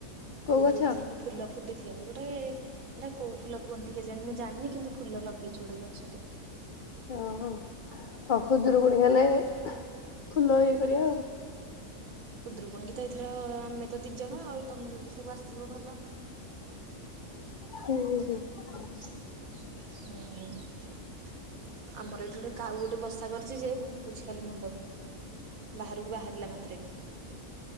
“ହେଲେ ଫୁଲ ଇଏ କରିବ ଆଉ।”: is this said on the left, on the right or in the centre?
Left